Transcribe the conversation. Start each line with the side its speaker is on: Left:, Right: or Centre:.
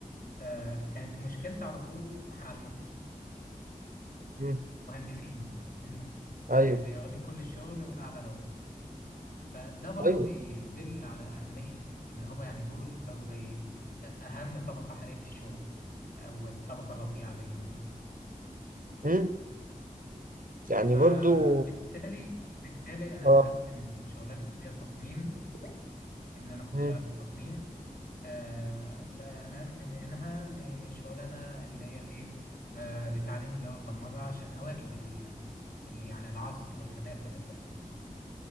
Left: آه، كانت مشكلتي على طول مع
Right: مم.
Left: المهندسين الم-
Right: ايوه
Left: آه، زي واخدين كل الشغل وأعلى رواتب فده برضه
Right: ايوه
Left: بيدل على أهمية إن هو يعني دول بقوا زي أ- أهم طبقة حاليا في الشغل أو الطبقة الرفيعة دايما
Right: مم. يعني
Left: فبالتالي
Right: برضو
Left: بالتالي انا
Right: اه
Left: نقلت من شغلانه اللي هي التصميم ان انا كنت
Right: مم.
Left: شغال في التصميم آه بقى نقلت منها لشغلانه اللي هي الايه آه لتعليم اللي هو البرمجه عشان اواكب ال- ال- يعني العصر والحداثه اللي بتحصل